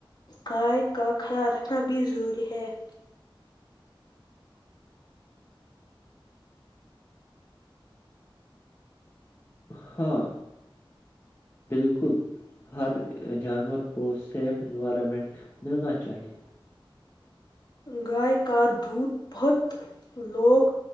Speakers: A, on the left; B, on the left.
A: گائے کا خیال رکھنا بھی ضروری ہے چھ <unintelligible>
B: ہاں بالکل ہر جانور کو سیف انوائرمنٹ ملنا چاہیے
A: گائے کا دودھ بہت لوگ